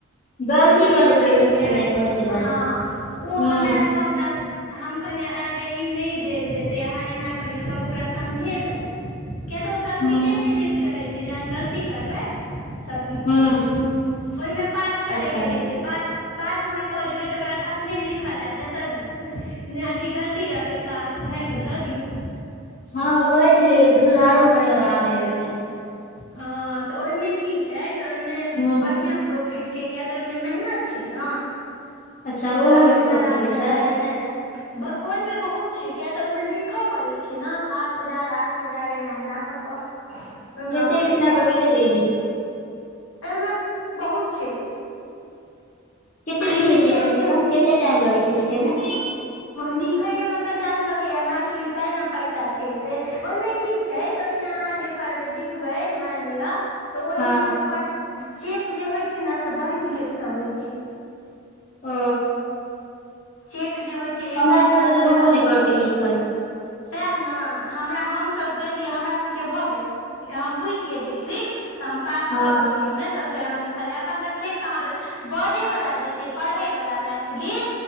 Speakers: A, on the left; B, on the left.
A: गलती
B: जूली
A: कऽ देलकै ओ
B: नहि
A: लिखे
B: हो
A: मे कहै छलै
B: हँ ओ
A: हूं
B: हमरा कहलक तऽ हम कहलियै अरे ई नहि देल जेतै अहाँ एना करियौ तब ओकरा समझेलहुँ किय तऽ ओ सबमिटे
A: हूं
B: नहि लैत रहैत छै जहन गलती करबै समिट
A: हूं
B: नहि लै छै ओहिमे पास करयके
A: अच्छा
B: रहै छै पास पास अहाँ कऽ जेबै तकर बाद अपने लिखल आयत जतऽ अथी गलती रहतै ओ तऽ आहाँ सुधारड़ कऽ दऽ दियऔ
A: हाँ कहै छलिय सुधारो करै वला आबे ह ओहिमे
B: हँ तऽ ओहिमे की छैय तऽ ओहिमे
A: हूं
B: बढ़िआँ प्रॉफिट छैय किएक तऽ ओहिमे मेहनत छैय नहि
A: अच्छा ओहोमे
B: सात हजार
A: प्रॉफिट
B: आठ
A: होइ
B: हजार
A: छै
B: एना एना ओहिमे बहुत छै किय तऽ ओहिमे लिखय पड़ैत छै नऽ सात हजार आठ हजार एना एना कऽ कऽ <unintelligible>
A: केतेक लिखला
B: छै
A: पर केते दे हेय
B: एहिमे बहुत छै
A: कते
B: अनलिमिटेड
A: लिखे छियै कम
B: छै
A: से कम कते टाइम लगै छै लिखे मे
B: लिखैएमे तऽ टाइम लगैएा मैथिली तैँ ने पैसा छै एतै ओहिमे की छै तऽ ओहिमे अहाँ जे करबै लिखबै मानि लिअ तऽ ओहिमे
A: हँ
B: ओकर चेक जे होइ छै नऽ से बड़ी लेटसँ होइ छै
A: ओ
B: चेक जे होइ छै एक
A: हमरा
B: महीना
A: सबके
B: लगा
A: तऽ होबो
B: दै
A: नहि करतै
B: छै
A: लिखल
B: सएह ने हमरा हमसभ देलियै हमर सभके भऽ गेल कि हम बुझ गेलियै ट्रिक तऽ हम पास
A: हँ
B: क गेलिय ओहिमे तऽ फेर हम ल एखन तक चेक कहाँ भेल बजै वला जे छै पढ़ै वलाा मैथिली